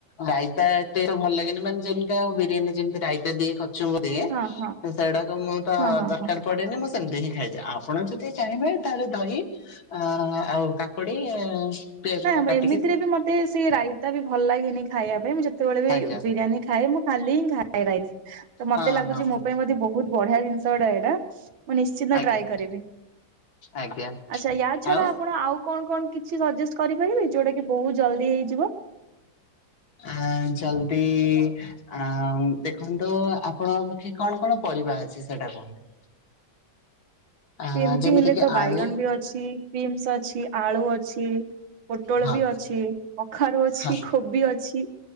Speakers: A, on the left; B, on the right.
A: ରାଇତା ଏତେ ଭଲ ଲାଗେନି ମାନେ ଯେମିତି ଆଉ ବିରିୟାନୀ ଯେମିତି ରାଇତା ଦିଏ କଚୁମ୍ବର ଦିଏ।
B: ହଁ ହଁ।
A: ସେଗୁଡାକ ମୁଁ ତ
B: ହଁ ହଁ
A: ଦରକାର
B: ହଁ।
A: ପଡେନି ମୁଁ ସେମିତି ହିଁ ଖାଇଥାଏ ଆପଣ ଯଦି ଚାହିଁବେ ତାହେଲେ ଦହି ଅ ଆଉ କାକୁଡି ପିଆଜକୁ
B: ନାଁ
A: କାଟିକି
B: ଏମିତିରେ ବି ମ- ମତେ ସେ ରାଇତା ବି ଭଲ ଲାଗେନି ଖାଇବା ପାଇଁ ମୁଁ ଯେତେବେଳେ
A: ଆଜ୍ଞା
B: ବିରିୟାନୀ ଖାଏ ମୁଁ ଖାଲି ହିଁ ଖାଏ। ଖାଏ ରାଇଚ। ମତେ
A: ହଁ
B: ଲାଗୁଚି
A: ହଁ
B: ମୋ ପାଇଁ <unintelligible> ବୋହୁତ ବଢିଆ ଜିନିଷ ଗୁଡ଼ ଏଇଟା। ମୁଁ ନିଶ୍ଚିନ୍ତ
A: ଆଜ୍ଞା
B: ଟ୍ରାଏ କରିବି।
A: ଆଜ୍ଞା
B: ଆଛା ୟା ଛଡା
A: ଆଉ
B: ଆପଣ ଆଉ କଣ କଣ କିଛି ସଜେଷ୍ଟ କରିପାରିବେ ଯୋଉଟା କି ବୋହୁତ ଜଲଦି ହେଇଯିବ?
A: ଆ ଜଲଦି ଆ ଦେଖନ୍ତୁ ଆପଣଙ୍କ ପାଖେ କଣ କଣ ପରିବା ଅଛି ସେଟା କୁହନ୍ତୁ? ଆ
B: ଏମିତି
A: ଯେମିତି
B: ହେଲେ
A: କିି
B: ତ ବାଇଗଣ
A: ଆଳୁ
B: ବି ଅ ଅଛି। ବିମ୍ସ ଅଛି ଆଳୁ ଅଛି। ପୋଟଳ
A: ହଁ
B: ବି ଅଛି, କଖାରୁ ଅଛି,
A: ହଁ
B: କୋବି ଅଛି